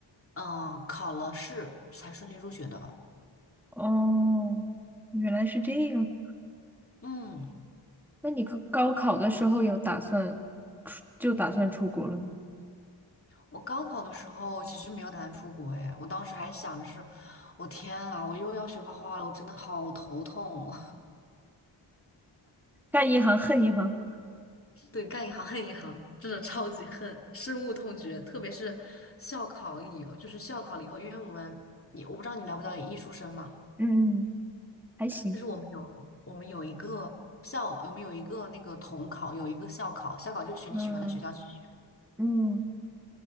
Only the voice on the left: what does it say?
嗯、考了试才顺利入学的。
嗯。
我高考的时候，我其实没有打算出国哎，我当时还想着是，我天啊，我又要学画画了，我真的好头痛。
<laughs> 对，干一行恨一行，真的超级恨，深恶痛绝。特别是校考以后，就是校考了以后，因为我们，你我不知道你了不了解艺术生嘛，
就是我们有我们有一个校，我们有一个那个统考，有一个校考，校考就是选你喜欢的学校去学。